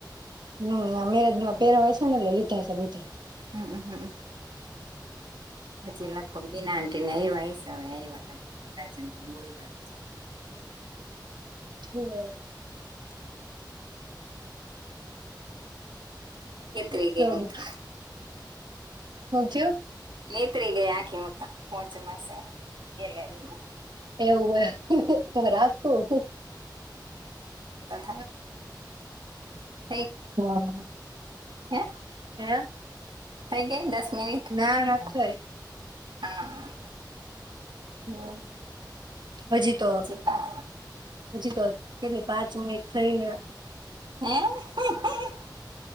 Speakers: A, on the right; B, on the right.
A: હમ મેરેજમાં પેર હોય છે એટલે લીધા હશે બધા.
B: હમ્મ, હમ્મ. હચી લગભગ <unintelligible> એવા હિસા એ લગભગ રાજન ભાઈ બોલતા હતા
A: <inaudible>
B: <unintelligible> હેત્રી
A: કેવું
B: ગઈ હું
A: બીજું
B: તો.
A: હું, થયું?
B: નેત્રી ગઈ આખી હું તો પોંચ માસા ગેલેરીમાં.
A: એવું હોય તો રાખો.
B: થ અ <unintelligible>
A: હા.
B: હે?
A: હ <unintelligible>
B: થઈ ગઈ દસ મિનિટ
A: ના નત થય.
B: હા.
A: હમ. હજી તો,
B: ચીપા
A: હજી તો કેટલી પાંચ મિનિટ થઈ ગય?
B: હે?